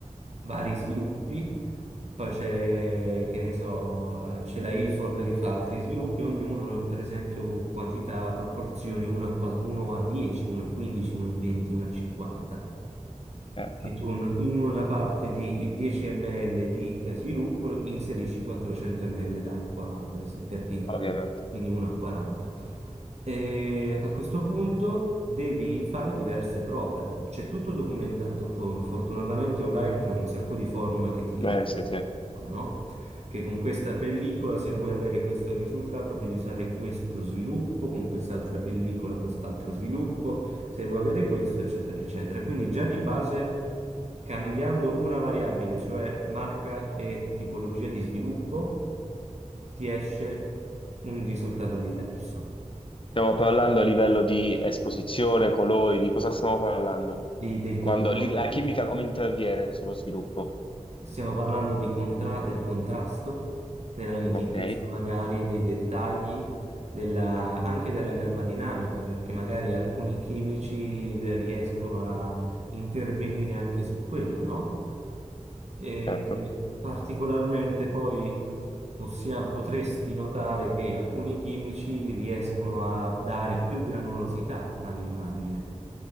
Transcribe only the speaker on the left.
Certo,
ovviamente.
Beh, sì, sì.
Stiamo parlando a livello di esposizione, colori, di cosa stiamo parlando?
Quando lì la chimica come interviene sullo sviluppo?
Ok,
certo.